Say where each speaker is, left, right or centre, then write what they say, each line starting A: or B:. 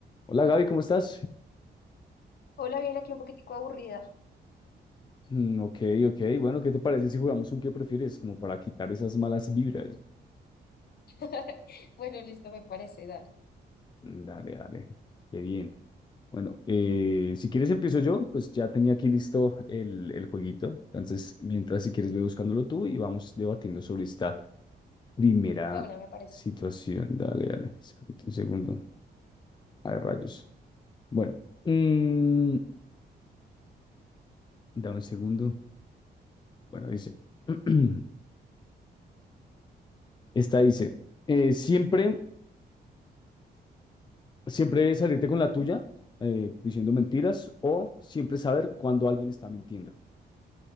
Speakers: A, on the left; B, on the left.
A: Hola Gaby, ¿cómo estás?
B: Hola, bien, aquí un poquitico aburrida.
A: Mm, ok, ok. Bueno, ¿qué te parece si jugamos un qué prefieres? Como para quitar esas malas vibras.
B: <laughs> Bueno, listo, me parece, dale.
A: Mm, Dale, dale. Qué bien. Bueno, eh, si quieres empiezo yo, pues ya tenía aquí listo el, el jueguito. Entonces, mientras si quieres ve buscándolo tú y vamos debatiendo sobre esta primera
B: De una, me parece.
A: situación. Dale, dale. Espérate un segundo. Ay, rayos. Bueno, mm, dame un segundo. Bueno, dice. <clears throat> Esta dice, eh, siempre Siempre salirte con la tuya, eh, diciendo mentiras, o siempre saber cuando alguien está mintiendo.